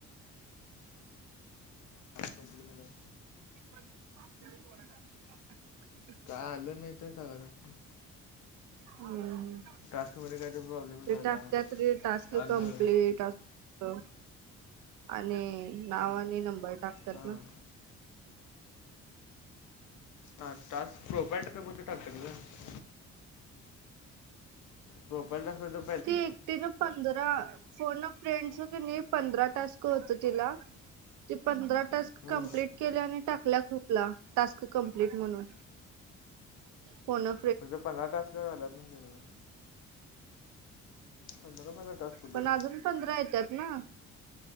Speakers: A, on the left; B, on the right.
A: कम्प्लीट झाल्यावर.
B: <unintelligible>
A: काय आलं नाही तर <unintelligible>
B: होय.
A: टास्कमध्ये काय तर प्रॉब्लेम झाला
B: ते टाकत्यात रे, टास्क
A: आलं
B: कंम्प्लिट हो, आणि नाव आणि नंबर टाकतात
A: हां
B: ना?
A: हा टास्क प्रोबाइल्ट का कुठे टाकत्यात गं प्रोफाईलला सगळं
B: ती एकटीनं पंधरा, फोन अ फ्रेंडचं किनी, पंधरा टास्क होतं तिला ते पंधरा टास्क
A: हम्म,
B: कंप्लीट केले आणि टाकल्या ग्रुपला, टास्क कंप्लीट म्हणून हो न.
A: <unintelligible> पंधरा टास्का झाल्यात तुमच्यामुळे. पंधरा पंधरा टास्क कुठे
B: पण आजून पंधरा येत्यात ना.